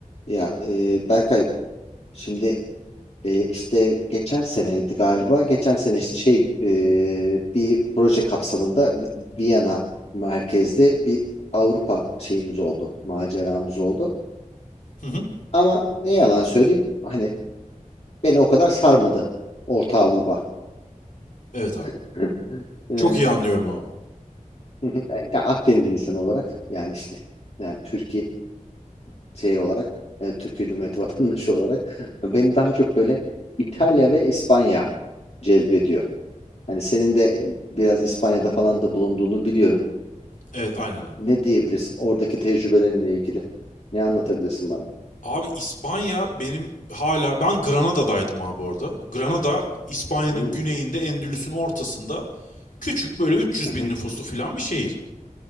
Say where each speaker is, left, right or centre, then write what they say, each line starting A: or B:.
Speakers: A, on the left (about 50°); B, on the left (about 75°).
A: Ya e, Berkay şimdi e, işte geçen seneydi galiba. Geçen sene işte şey e, bir proje kapsamında Vi- Viyana merkezli bir Avrupa şeyimiz oldu. Maceramız oldu.
B: Hı hı.
A: Ama ne yalan söyleyeyim hani beni o kadar sarmadı Orta Avrupa.
B: Evet abi.
A: <laughs> Hı. E,
B: Çok iyi anlıyorum abi.
A: <laughs> Akdeniz insanı olarak yani işte yani Türkiye şey olarak e, Türkiye Cumhuriyeti vatandaşı olarak <laughs> beni daha çok böyle İtalya ve İspanya cezbediyor. Hani senin de biraz İspanya'da falan da bulunduğunu biliyorum.
B: Evet aynen abi.
A: Ne diyebilirsin oradaki tecrübelerinle ilgili? Ne anlatabilirsin bana?
B: Abi İspanya benim hala ben Granada'daydım abi orada. Granada İspanya'nın
A: Hmm,
B: güneyinde Endülüs'ün ortasında küçük böyle 300
A: Hı hı,
B: bin nüfuslu filan bir şehir.